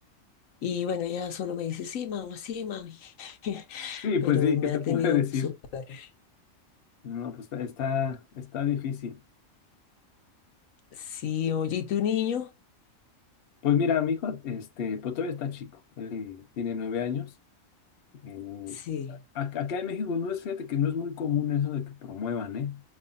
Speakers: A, on the left; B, on the left.
A: Y bueno, ella solo me dice, sí, mamá, sí, mami. <laughs>
B: Sí,
A: Pero
B: pues sí,
A: me
B: ¿qué te
A: ha
B: puedo
A: tenido
B: <laughs> decir?
A: súper.
B: No, pues está, está, está difícil.
A: Sí, oye, ¿y tu niño?
B: Pues mira, mi hijo, este, pues todavía está chico, él tiene nueve años, eh,
A: Sí.
B: Ac- Acá en México no es, fíjate que no es muy común eso de que promuevan, ¿eh?